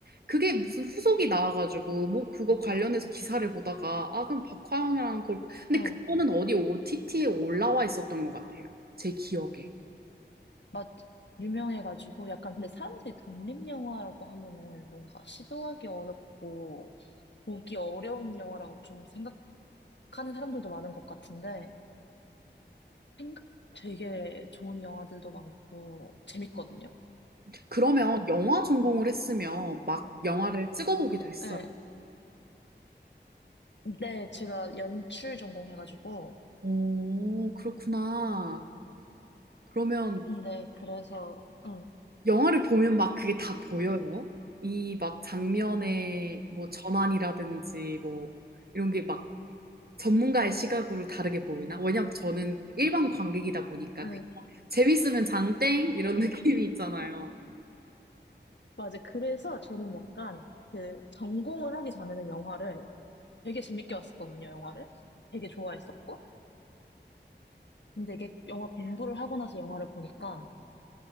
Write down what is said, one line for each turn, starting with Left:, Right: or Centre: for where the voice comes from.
Right: 그게 무슨 후속이 나와가지고 뭐 그거 관련해서 기사를 보다가 아 그럼 박화영이라는 걸 근데
Left: 응,
Right: 그거는 어디 OTT에 올라와 있었던 것 같아요 제 기억에
Left: 맞, 유명해가지고, 약간 근데 사람들이 독립영화라고 하면은 뭔가 시도하기 어렵고, 보기 어려운 영화라고 좀 생각하는 사람들도 많은 것 같은데, 생각 되게 좋은 영화들도 많고, 재밌거든요.
Right: 그러면 영화 전공을 했으면 막 영화를 찍어보기도 했어요
Left: 네. 네, 제가 연출 전공해가지고,
Right: 오 그렇구나 그러면
Left: 네, 그래서, 응,
Right: 영화를 보면 막 그게 다 보여요. 이 막 장면의 뭐 전환이라든지 뭐 이런 게 막 전문가의 시각으로 다르게 보이나? 왜냐면 저는 일반 관객이다 보니까
Left: 응.
Right: 그냥 재밌으면 장땡 이런 <laughs> 느낌이 있잖아요.
Left: 맞아. 그래서 저는 약간 그 전공을 하기 전에는 영화를 되게 재밌게 봤었거든요, 영화를. 되게 좋아했었고. 근데 이게 영화 공부를 하고 나서 영화를 보니까,